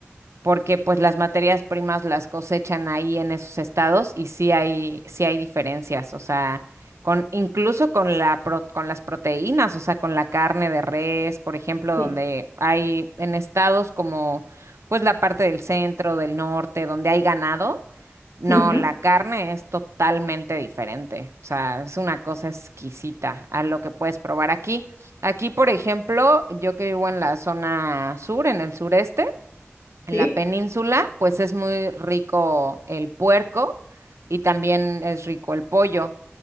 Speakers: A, on the right (about 85°); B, on the left (about 75°).
A: porque pues las materias primas las cosechan ahí en esos estados y sí hay, sí hay diferencias, o sea, con, incluso con la pro- con las proteínas, o sea, con la carne de res, por ejemplo,
B: Sí.
A: donde hay en estados como pues la parte del centro, del norte, donde hay ganado, no,
B: Ujú,
A: la carne es totalmente diferente, o sea, es una cosa exquisita a lo que puedes probar aquí. Aquí, por ejemplo, yo que vivo en la zona sur, en el sureste, en
B: Sí.
A: la península, pues es muy rico el puerco y también es rico el pollo.